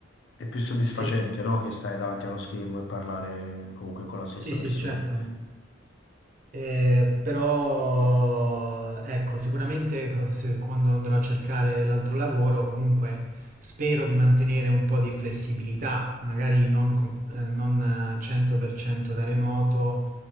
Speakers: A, on the left; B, on the right.
A: è più soddisfacente,
B: Sì,
A: no? Che stare davanti a uno schermo e parlare comunque con la stessa
B: Sì, sì,
A: persona.
B: certo. Eh, però ecco, sicuramente co- se- quando andrò a cercare l'altro lavoro, comunque spero di mantenere un po' di flessibilità, magari non, com- eh, non eh, 100% da remoto,